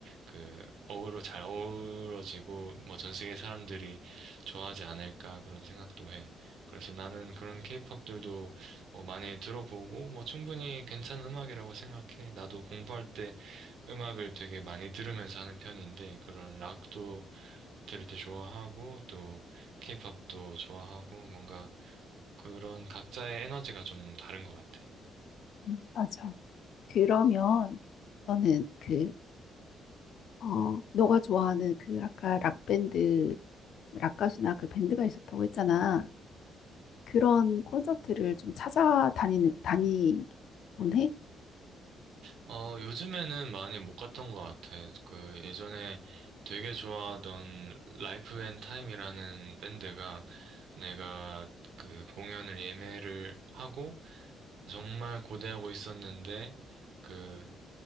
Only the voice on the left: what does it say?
음, 맞아. 그러면 너는 그, 어, 너가 좋아하는 그 아까 락밴드, 락가수나 그 밴드가 있었다고 했잖아. 그런 콘서트를 좀 찾아다니는, 다니곤 해?